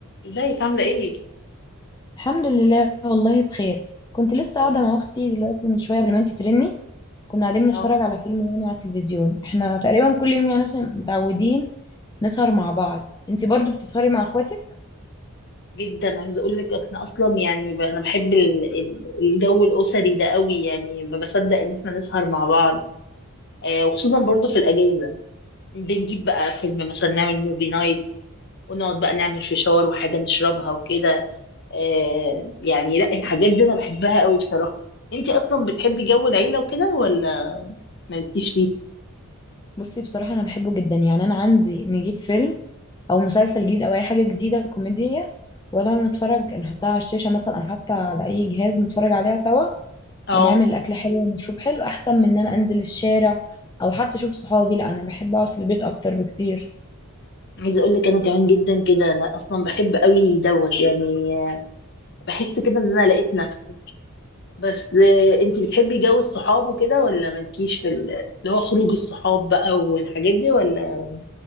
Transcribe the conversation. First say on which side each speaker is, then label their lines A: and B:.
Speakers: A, on the left; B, on the left.
A: ازيك عاملة ايه؟
B: الحمد لله والله بخير كنت لسه
A: تمام
B: قاعدة مع أختي دلوقتي من شوية قبل ما أنت ترني كنا قاعدين بنتفرج
A: اه
B: على فيلم يعني على التلفزيون احنا تقريبا كل يوم يعني عشان متعودين نسهر مع بعض انت برضو بتسهري مع اخواتك
A: جدا عايزة اقول لك احنا اصلا يعني ب- انا بحب ال- ال- الجو الاسري ده قوي يعني ما بصدق ان احنا نسهر مع بعض آه وخصوصا برضو في الاجازة بنجيب بقى فيلم مثلا نعمل موفي نايت ونقعد بقى نعمل فشار وحاجة نشربها وكده آه يعني لا الحاجات دي انا بحبها قوي بصراحة انتي اصلا بتحبي جو العيلة وكده ولا مالكيش فيه؟
B: بصي بصراحة أنا بحبه جدا يعني أنا عندي نجيب فيلم أو مسلسل جديد أو أي حاجة جديدة كوميدية ولا نتفرج نحطها على الشاشة مثلا أو حتى على أي جهاز نتفرج عليها سوا
A: اه
B: ونعمل أكل حلو ومشروب حلو أحسن من إن أنا أنزل الشارع أو حتى أشوف صحابي لا أنا بحب أقعد في البيت أكتر بكتير
A: عايزة اقول لك انا كمان جدا كده انا اصلا بحب قوي دوت يعني بحس كده ان انا لقيت نفسي بس آه، انت بتحبي جو الصحاب وكده ولا مالكيش في ال- اللي هو خروج الصحاب بقى والحاجات دي ولا